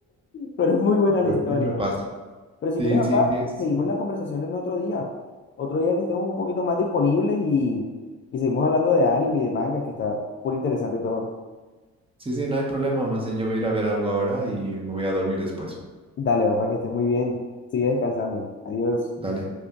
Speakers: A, on the left; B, on the right.
A: pero es muy buena la
B: Pues
A: historia.
B: siempre pasa.
A: Pero si
B: Sí,
A: quieres,
B: sí,
A: papá,
B: sí, sí,
A: seguimos la conversación en otro día. Otro día que estemos un poquito más disponibles y, y seguimos hablando de anime y de mangas, que está muy interesante todo.
B: sí, sí, no hay problema. Más bien yo voy a ir a ver algo ahora y me voy a dormir después.
A: Dale, papá, que estés muy bien. Sigue descansando. Adiós.
B: Dale.